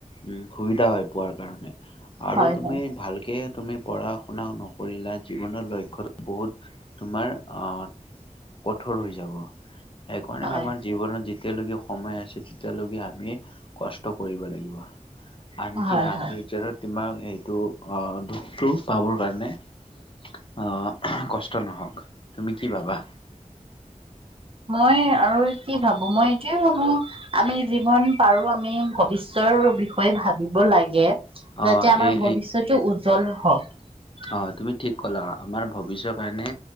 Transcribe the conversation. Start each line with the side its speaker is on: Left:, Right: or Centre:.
Left: উম সুবিধা হয় পোৱাৰ কাৰণে। আৰু
Right: হয় হয়
Left: তুমি
Right: হয়
Left: ভালকে তুমি পঢ়া শুনা নক- কৰিলা জীৱনৰ লক্ষ্যটো বহুত তোমাৰ অ কঠোৰ হৈ যাব। সেকাৰণে
Right: হয়
Left: আমাৰ জীৱনৰ যি যেতিয়ালৈকে সময় আছে তেতিয়ালৈকে আমি কষ্ট কৰিব লাগিব। আনকি
Right: হয়
Left: আনকি
Right: হয়
Left: ফিউচাৰত তোমাক এইটো- দুখটো পাবৰ কাৰণে- কষ্ট নহওক। তুমি কি ভাবা?
Right: মই আৰু কি ভাবো মই এইটোয়ে ভাবো আমি জীৱন পাৰো আমি ভৱিষ্যৰ বিষয়ে ভাবিব লাগে। যেতিয়া
Left: অঁ
Right: আমাৰ
Left: এই
Right: ভৱিষ্যতটো উজ্জ্বল হয়।
Left: অ তুমি ঠিক কলা আমাৰ ভৱিষ্যৰ কাৰণে